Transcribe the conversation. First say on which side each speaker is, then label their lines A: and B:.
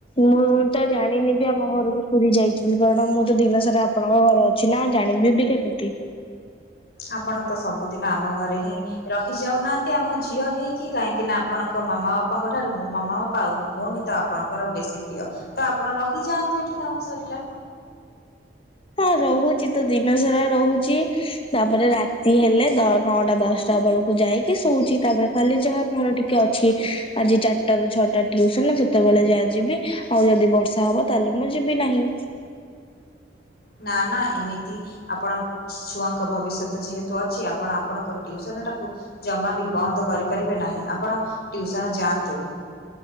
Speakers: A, on the left; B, on the left.
A: ମୁଁ ତ ଜାଣିନି ବି ଆମ ଘରକୁ ପୁରୀ ଯାଇଛି ବୋଲି କାରଣ ମୁଁ ତ ଦିନ ସାରା ଆପଣଙ୍କ ଘରେ ଅଛି। କିଛି ନା ଜାଣିବି ବି କେମିତି
B: ଆପଣ ତ ସବୁଦିନ ଆମ ଘରେ ହିଁ ରହି ଯାଉନାହାନ୍ତି ଆମ ଝିଅ ହେଇକି କାହିଁକି ନା ଆପଣଙ୍କ ମାମା ବାପାଙ୍କ ଠାରୁ ମୋ ମାମା ବାପା। ପାଉ ମୁଁ ଭଉଣୀ ତ ଆପଣଙ୍କର ବେଶୀ ପ୍ରିୟ ତ ଆପଣ ରହିଯାଆନ୍ତୁ ଏଠି କାମ ସରିଲା
A: ହଁ ରହୁଛି ତ ଦିନ ସାରା ରହୁଛି। ତାପରେ ରାତି ହେଲେ ନଅଟା ଦଶଟା ବେଳକୁ ଯାଇକି ଶୋଇଉଚଛି ତାପରେ ଖାଲି ଯାହା ମୋର ଟିକେ ଅଛି ଆଜି ଚାରଟା ର ଛଅଟା ଟିୁସନ ସେତେବେଳେ ଯାହା ଯିବି ଆଉ ଯଦି ବର୍ଷା ହବ ତାହେଲେ ମୁଁ ଯିବି ନାହିଁ।
B: ନା ନା ଏମିତି ଆପଣ ଛୁଆଙ୍କ ଭବିଷ୍ୟତ ଯେହେତୁ ଅଛି ଆପଣ ଆପଣଙ୍କର ଟଟିଉସନ ଟାକୁ ଜମା ବି ବନ୍ଦ କରିପାରିବେ ନାହିଁ ଆପଣ ଟିଉସନ ଯାଆନ୍ତୁ।